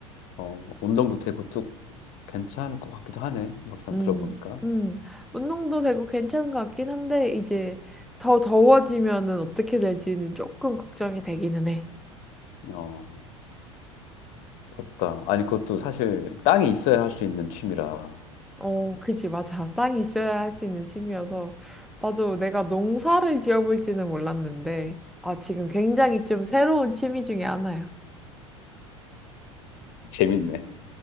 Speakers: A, on the left; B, in the centre.
A: 어, 운동도 되고 또 괜찮을 것 같기도 하네. 막상
B: 음,
A: 들어보니까.
B: 음. 운동도 되고 괜찮은 것 같긴 한데, 이제 더 더워지면은 어떻게 될지는 조금 걱정이 되기는 해.
A: 어, 부럽다. 아니, 그것도 사실 땅이 있어야 할 수 있는 취미라
B: 어, 그지, 맞아. 땅이 있어야 할 수 있는 취미여서. 나도 내가 농사를 지어볼지는 몰랐는데, 아, 지금 굉장히 좀 새로운 취미 중에 하나야.
A: 재밌네.